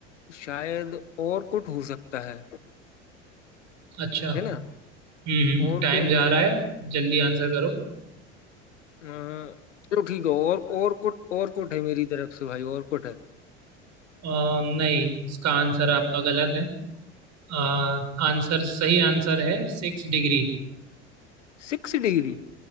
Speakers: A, on the left; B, on the right.
A: शायद और कुछ हो सकता है
B: अच्छा
A: है ना
B: हम्म
A: और
B: टाइम
A: कुछ
B: जा रहा है जल्दी आंसर करो
A: अ, चलो ठीक है और और कुछ और कुछ है मेरी तरफ से भाई और कुछ है
B: आ, नहीं इसका आंसर आपका गलत है आ, आंसर सही आंसर है सिक्स डिग्री
A: Six degree